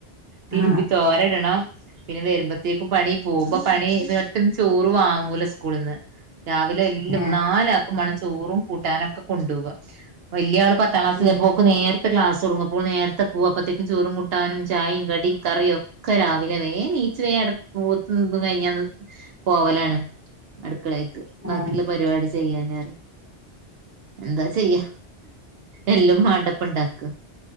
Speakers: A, on the right; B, on the right.
A: തിരുമ്പി
B: ആഹ്
A: തോരടണം പിന്നെ വരുമ്പോത്തേക്കും പണി പോകുമ്പോ പണി ഇട്ട്ന്ന് ചോറ് വാങ്ങ ല സ്കൂളിൽന്ന് രാവിലെ എല്ലാം
B: ഏഹ്
A: നാല് ആാക്ക് മണം ചോറും കൂട്ടാനും കൊണ്ടുപ വല പത്താം ക്ലാസ്
B: ഉം
A: പോ നേരത്തെ ക്ലാസ് ചുറങ്ങപ്പോൾ നേത്തെ പോകപ്പത്തേക്കും ചോറും കുട്ടാനും ചായും കടിയും കറിയും ഒക്കൊ രാവിലെ വേം നിച്ച നി കഴ പോലാണ് അടുക്കളക്ക് ബിയുള്ള
B: ആഹ്
A: പരിപാടി ചെയ്യാന എന്താ ചെയ്യ എല്ലാം മാണ്ടപ്പുണ്ടാക്കും